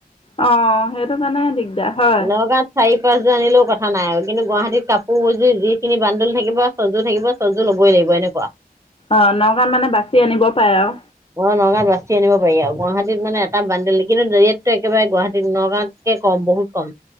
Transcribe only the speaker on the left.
অঁ সেইটো কাৰণে দিগদাৰ হয়
অ' নগাঁৱত মানে বাচি আনিব পাৰে আও।